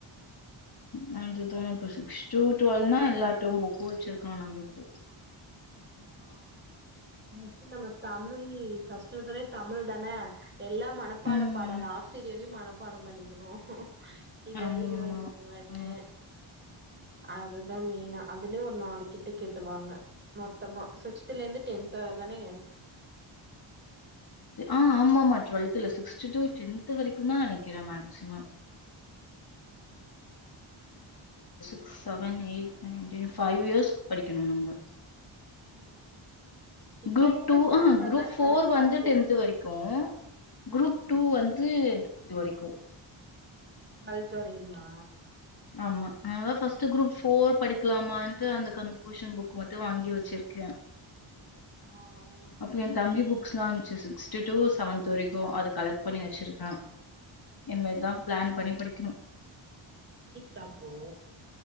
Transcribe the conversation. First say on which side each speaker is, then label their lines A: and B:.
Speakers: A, on the left; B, on the right.
A: நன்றி தோ டு சிக்ஸ் டு டுவெல்னா எல்லாதுக்கூ புக்கு வெச்சுருக்கணு நம்ப இப்போ
B: ஆ <inaudible> நம்ம தமிழ் ஃபஸ்ட் எடுத்தோனே தமிழ் தானே எல்லா மனப்பாட
A: ம்.
B: பாடல் ஆசிரியரையூ மனப்பாடோ பண்ணிக்கணு இது
A: ஆமாமா.
B: அது இவங் அவங்கனு
A: ஆ.
B: அதுதா மெய்னா அதுலயே ஒரு நாலு கிட்ட கேட்டுருவாங்க மொத்தமா சிக்ஸ்துலேந்து டென்த் வரதானே
A: து ஆ ஆமாமா டுவெல்த்தில்ல சிக்ஸ்த் டு டென்த் த்து வரைக்கூ தா நனைக்கிறே மேக்சிமம்
B: ம்
A: க்ஸ் seven eight nine ten five இயர்ஸ்க் படிக்கணு நம்ம
B: ஆமா இப்பல
A: குரூப்
B: இருந்து
A: டூ
B: ஸ்டார்ட்
A: ஆஹ
B: பண்ணா
A: குரூப் ஃபோர்
B: கரெக்டா
A: வந்து
B: இருக்கு
A: டென்த் வரைக்கூ குரூப்
B: ஆ
A: டூ வந்து இது வரைக்கூ
B: பல்துறையுமா
A: ஆமா அத ஃபஸ்ட் குரூப் ஃபோர் படிக்கலாமான்ட்டு அந்த கன்கூஷன் புக் மட்டூ வாங்கி வெச்சிருக்கே
B: ஆ ஆ
A: அப்போ எந்தம்பி புக் க்ஸ்லாய்ன்ச்சு சீக்ஸ்த் டு செவன்த் வரைக்கூ அத கலெக்ட் பண்ணி வெச்சிருக்கே இனிமேட் தா ப்ளான்
B: ம்
A: பண்ணி படிக்கணு
B: தப்போ